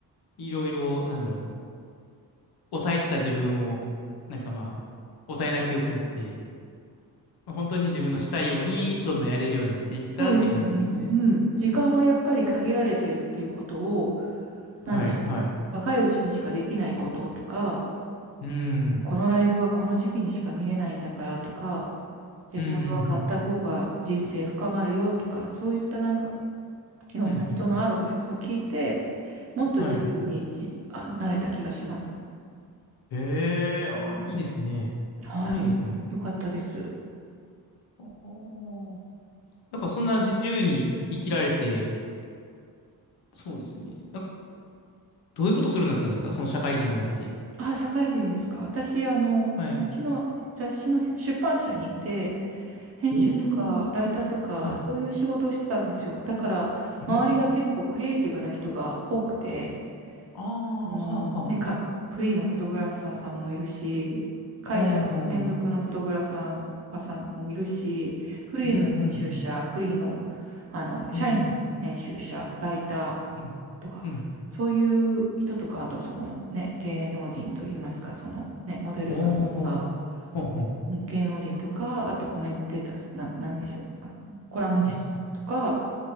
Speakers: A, on the left (about 85°); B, on the right (about 40°).
A: いろいろ、なんだろう。抑えてた自分を、なんかまあ、抑えなく良くなって、本当に自分のしたいようにどんどんやれるようになっていったって感じなんですね。
B: そうですね。うん。時間はやっぱり限られてるっていうことを、
A: あーはい、
B: なんでしょう。
A: はい。
B: 若いうちにしかできないこととか、
A: うん。
B: このライブはこの時期にしか見れないんだからとか、レコードは買った方が人生深まるよとか、
A: うん、うん、
B: そういったなんかいろんな人のアドバイスを聞いて、
A: うん。うん、うん
B: もっと自由にじ、
A: はい。
B: あの、なれた気がします。
A: ええーあ、いいですね。
B: はい。
A: いいですね。
B: よかったです。
A: おーなんかそんな自由に生きられて、そうですね。なんかどういうことするようになったんですかその社会人になって。
B: あ、社会人ですか。私、あの、
A: はい。
B: 雑誌の、雑誌の出版社にいて、編集とかライターとか、
A: おー、は
B: そういう仕事をしてたんですよ。だから、周りが結構クリエイティブな人が多くて、
A: い。ええああ、
B: もうね、
A: はあ、はあ。
B: か、フリーのフォトグラファーさんもいるし、会社の専属のフォトグラファーさんもいるし、
A: おー、
B: フリーの編集者、
A: うん、うん、うん、
B: フリーの、あの社員の編集者、
A: うん、
B: ライターとか、
A: うん、うん。
B: そういう人とか、あとそのね、芸能人といいますか、そのね、モデルさんとか、
A: おー、ほんほん
B: うん芸能人とか、あとコメンテーター、な、なんでしょう、あのコラムニストさんとか、
A: あ